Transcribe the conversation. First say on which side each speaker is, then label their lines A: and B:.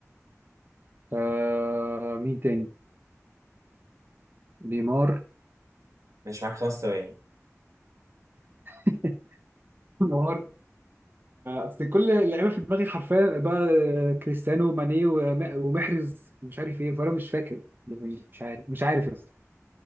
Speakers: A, on the right; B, on the right.
A: آه مين تاني نيمار
B: ماشي معاك خمس ثواني
A: <laughs> نهار اصل كل اللعيبه في دماغي حرفيا بقى كريستيانو وماني وم- ومحرز مش عارف ايه فانا مش فاكر مش عارف مش عارف يا اسطى